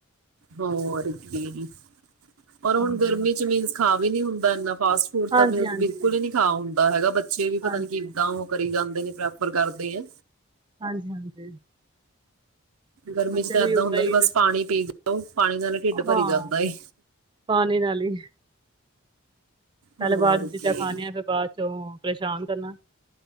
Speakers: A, on the right; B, on the right.
A: ਹੋਰ ਕੀ ਓਰ ਹੁਣ
B: ਹਾਂਜੀ।
A: ਗਰਮੀ ਚ ਮੀਨਸ ਖਾਵੀ ਨੀ ਹੁੰਦਾ ਇੰਨਾ ਫਾਸਟ ਫੂਡ
B: ਹਾਂਜੀ
A: ਤਾਂ ਮੈਂ
B: ਹਾਂਜੀ
A: ਬਿਲਕੁਲ ਈ ਨਹੀਂ ਖਾ ਹੈਗਾ ਬੱਚਾ <unintelligible> ੇ ਵੀ <unintelligible>
B: ਹਾਂਜੀ
A: ਪਤਾ ਨੀ ਕਿੱਦਾਂ ਉਹ ਕਰੀ ਜਾਂ ਨ <unintelligible> ਪ੍ਰੈਫਰ ਕਰਦੇ ਹੈ
B: ਹਾਂਜੀ ਹਾਂਜੀ
A: ਗਰਮੀ
B: ਬੱਚੇ
A: ਚ ਤਾਂ ਇਦਾਂ
B: ਓਦਾਂ
A: ਹੁੰਦਾ
B: ਹੀ
A: ਵੀ ਬਸ ਪਾਣੀ ਪੀ ਹੈੋ <unintelligible> ਪਾਣੀ ਨਾਲ ਢਿੱਡ ਭਰੀ
B: ਹਾਂ
A: ਜਾਂਦਾ ਏ
B: ਪਾਣੀ ਨਾਲ ਹੀ ਪਹਿਲੇ
A: ਹੋਰ
B: ਬਾਅਦ ਚੀਜ਼ਾਂ
A: ਕੀ
B: ਖਾਣੀਆਂ ਫਿਰ ਬਾਅਦ ਚੋਂ ਪਰੇਸ਼ਾਨ ਕਰਨਾ